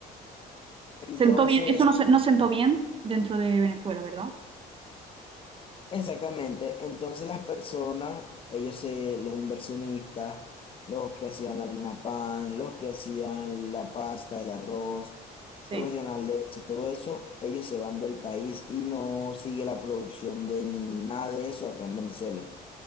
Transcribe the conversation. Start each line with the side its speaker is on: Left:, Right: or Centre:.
Left: Entonces,
Right: Sentó bien, eso no, se- no sentó bien dentro de Venezuela, ¿verdad?
Left: Exactamente. Entonces las personas, ellos se, los inversionistas, los que hacían la harina pan, los que hacían la pasta, el arroz,
Right: Sí.
Left: los que hacían la leche, todo eso, ellos se van del país y no sigue la producción de ni- nada de eso acá en Venezuela.